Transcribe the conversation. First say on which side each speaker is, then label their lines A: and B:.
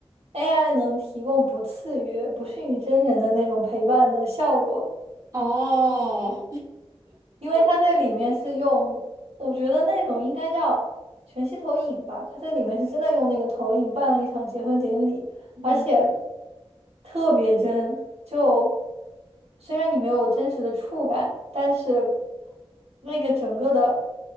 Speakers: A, on the right (about 80°); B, on the right (about 35°).
A: AI 能提供不次于、不逊于真人的那种陪伴的效果。
B: 哦，
A: 因为它在里面是用，我觉得那种应该叫全息投影吧。它在里面是真的用那个投影办了一场结婚典礼，
B: <laughs>
A: 而且
B: 嗯
A: 特别真。就虽然你没有真实的触感，但是那个整个的